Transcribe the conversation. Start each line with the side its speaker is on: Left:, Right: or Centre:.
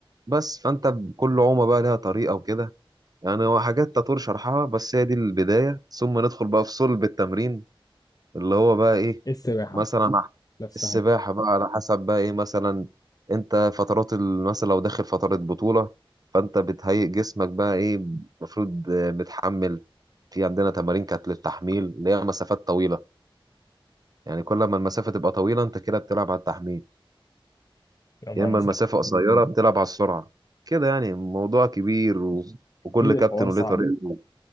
Right: بس فانت بكل عومة بقى لها طريقة وكده يعني هو حاجات تطور شرحها بس هي دي البداية ثم ندخل بقى في صلب التمرين اللي هو بقى ايه
Left: السباحه
Right: مثلا على
Left: نفسها
Right: السباحة بقى على حسب بقى ايه مثلا انت فترات ال- مثلا لو داخل فترة بطولة فانت بتهيئ جسمك بقى ايه المفروض آه، متحمل في عندنا تمارين كانت للتحميل اللي هي مسافات طويلة يعني كل ما المسافة تبقى طويلة انت كده بتلعب على التحميل
Left: يا نهار
Right: يا اما
Left: ازرق
Right: المسافة قصيرة بتلعب على السرعة كده يعني موضوع كبير و... وكل
Left: اكيد الحوار
Right: كابتن وليه
Left: صعب
Right: طريقته